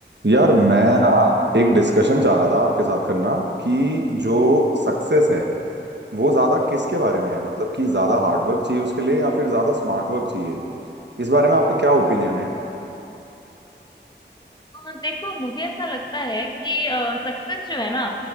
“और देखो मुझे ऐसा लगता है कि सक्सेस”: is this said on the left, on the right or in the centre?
Left